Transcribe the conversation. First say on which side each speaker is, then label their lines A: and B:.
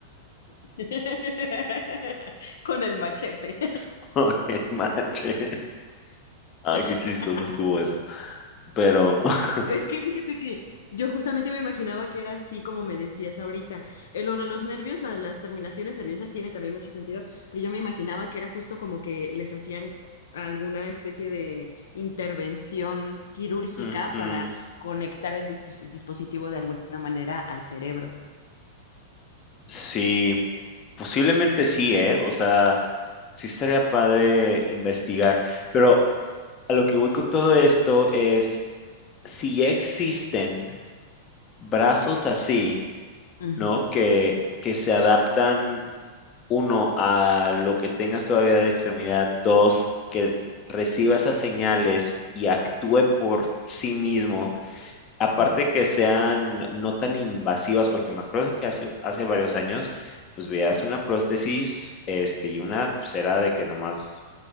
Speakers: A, on the left; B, on the left.
A: <laughs> Con el machete.
B: <laughs> No manches. Ay,
A: <laughs>
B: qué chistoso estuvo eso. Pero <laughs>
A: Es que fíjate que yo justamente me imaginaba que era así como me decías ahorita. Eh, lo de los nervios, la de las terminaciones nerviosas tiene también mucho sentido, pero yo me imaginaba que era justo como que les hacían alguna especie de intervención quirúrgica
B: ujú,
A: para conectar el dispos- dispositivo de alguna manera al cerebro.
B: sí, posiblemente sí, ¿eh? O sea, sí estaría padre investigar. Pero A lo que voy con todo esto es, si ya existen brazos así,
A: Ujú,
B: ¿no? Que, que se adaptan, uno, a lo que tengas todavía de extremidad, dos, que reciba esas señales y actúe por sí mismo, aparte
A: ujú,
B: que sean no tan invasivas, porque me acuerdo que hace, hace varios años, pues veías una prótesis, este, y una pues era de que nomás,